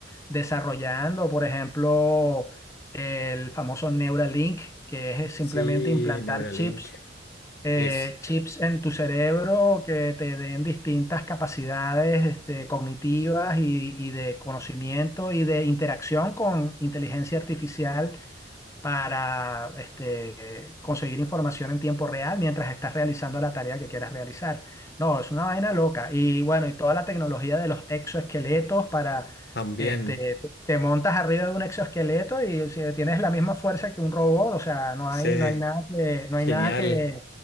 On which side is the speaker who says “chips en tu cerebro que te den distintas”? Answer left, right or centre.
Left